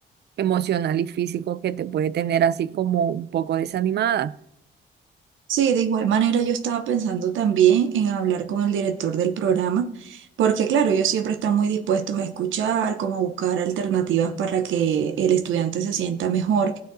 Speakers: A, on the right; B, on the right.
A: emocional y físico que te puede tener así como un poco desanimada.
B: Sí, de igual manera yo estaba pensando también en hablar con el director del programa, porque claro, ellos siempre están muy dispuestos a escuchar, como a buscar alternativas para que el estudiante se sienta mejor.